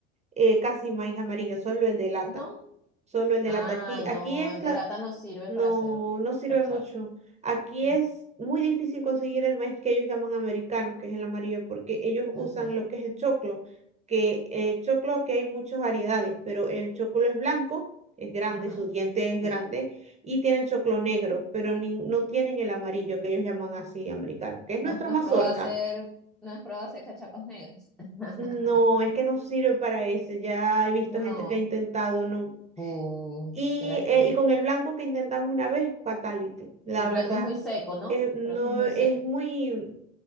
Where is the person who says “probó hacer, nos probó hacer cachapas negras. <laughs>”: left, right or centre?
Centre